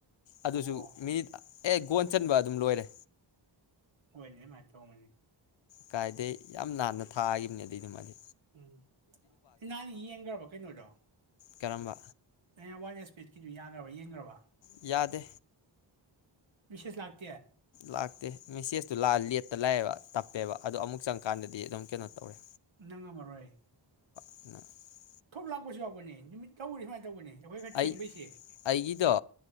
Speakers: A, on the left; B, on the right.
A: ꯑꯗꯨꯁꯨ
B: ꯑꯣ
A: ꯃꯤꯠ ꯑꯦ ꯒꯣꯟ ꯆꯟꯕ ꯑꯗꯨꯝ ꯂꯣꯏꯔꯦ
B: ꯍꯣꯏꯅꯦ ꯑꯗꯨꯃꯥꯏ ꯇꯧꯔꯝꯒꯅꯤ
A: ꯀꯥꯏꯗꯩ ꯌꯥꯝ ꯅꯥꯟꯅ ꯊꯥꯈꯤꯕꯅꯦ ꯑꯗꯨꯒꯤꯗꯨꯃꯗꯤ
B: ꯎꯝ ꯅꯥꯟ ꯌꯦꯡꯒꯕꯣ ꯀꯩꯅꯣꯗꯣ
A: ꯀꯔꯝꯕ
B: <inaudible>
A: ꯌꯥꯗꯦ
B: ꯃꯦꯁꯦꯁ ꯂꯥꯛꯇ
A: ꯂꯥꯛꯇꯦ ꯃꯦꯁꯦꯁ ꯇꯨ ꯂꯥꯜ ꯂꯦꯠ ꯇ ꯂꯥꯛꯑꯦꯕ ꯇꯞꯄꯦꯕ ꯑꯗꯣ ꯑꯃꯨꯛ ꯆꯪꯀꯥꯟꯗꯗꯤ ꯑꯗꯨꯝ ꯀꯩꯅꯣ ꯇꯧꯔꯦ
B: ꯅꯪ ꯉꯝꯃꯔꯣꯏ
A: <inaudible>
B: ꯊꯣꯛ ꯂꯥꯛꯄꯁꯨ ꯌꯥꯎꯕꯅꯦ ꯅꯨꯃꯤꯠ ꯇꯧꯔꯤ ꯁꯨꯃꯥꯏꯅ ꯇꯧꯕꯅꯦ ꯑꯩꯈꯣꯏ ꯈꯔ
A: ꯑꯩ
B: ꯊꯦꯡꯕꯩꯁꯦ
A: ꯑꯩꯒꯤꯗꯣ